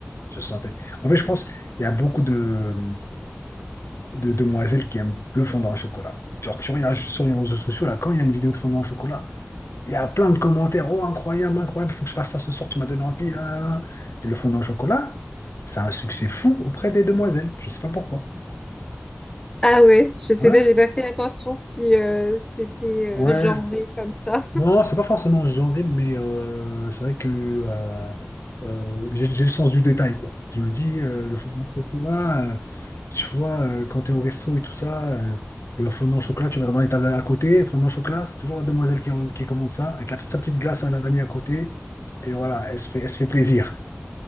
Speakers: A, on the left; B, on the left.
A: Je sentais. En fait, je pense il y a beaucoup de, de demoiselles qui aiment le fondant au chocolat. Genre, tu regardes sur les réseaux sociaux, là, quand il y a une vidéo de fondant au chocolat, il y a plein de commentaires. Oh, incroyable, incroyable, faut que je fasse ça ce soir, tu m'as donné envie. nan, nan, nan. Et le fondant au chocolat, ça a un succès fou auprès des demoiselles. Je sais pas pourquoi.
B: Ah ouais, je sais
A: Ouais,
B: pas, j'ai pas fait attention si euh, c'était euh,
A: ouais,
B: genré comme ça. <laughs>
A: Non, c'est pas forcément genré, mais euh, c'est vrai que euh, euh, j'ai j'ai le sens du détail, quoi. Je me dis, euh, le fondant au chocolat, euh, tu vois, euh, quand t'es au resto et tout ça, euh, le fondant au chocolat, tu regardes dans les tables à côté, fondant au chocolat, c'est toujours la demoiselle qui, qui commande ça, avec la- sa petite glace à la vanille à côté, et voilà, elle se fait, elle se fait plaisir.